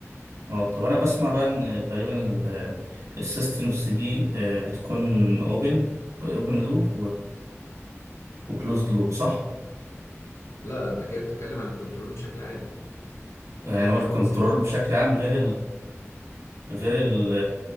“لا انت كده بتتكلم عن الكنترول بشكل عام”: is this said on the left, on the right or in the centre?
Left